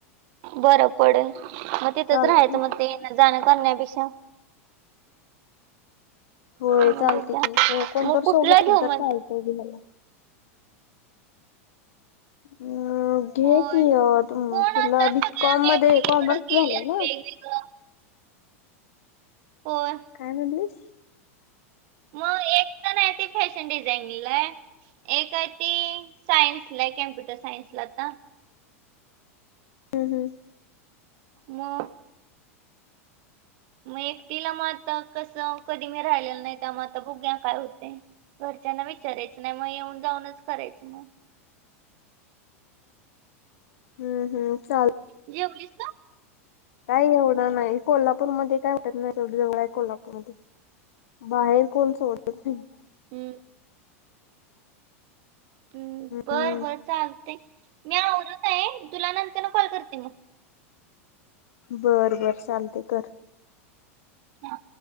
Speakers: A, on the right (about 55°); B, on the left (about 75°).
A: बरं पडल मग तिथंच
B: चालते
A: राहायचं मग ते येण जाणं करण्यापेक्षा.
B: होय
A: मग
B: चालतंय
A: बघूया
B: की, कोण
A: मग
B: तर
A: कुठला
B: सोबत
A: घेऊ
B: असल तर
A: म्हणते
B: चालतंय की मला. अम घे
A: होय
B: कि ती
A: कोण
B: तुला
A: आता सगळ्या
B: बीकॉम
A: वेगवेगळीकडे
B: मध्ये कॉमर्स
A: गेल्यात
B: झालंय ना?
A: <unintelligible> होय.
B: काय म्हणलीस?
A: मग एक तर हाय ते फॅशन डिझाइनिंगला एक आहे ती. सायन्सला आहे कमप्यूटर सायन्सला आता.
B: हं हं.
A: मग. मग एकटीला मग आता कसं कधी मी राहिलेलं नाही त्या म आता बघुया काय होते. घरच्यांना विचारायचं नाही, मग येऊन जाऊनच करायचं मग.
B: हम्म हम्म चाल
A: जेवलीस का?
B: काही एवढं नाही कोल्हापूरमध्ये काय वाटत नाही, एवढं जवळं आहे कोल्हापूरमध्ये. बाहेर कोण सोडत नई.
A: हम्म. हम्म बर
B: हम्म
A: बरं चालते, मी आवरत आहे तुला नंतरन कॉल करते मग.
B: बर बर चालते कर.
A: हा.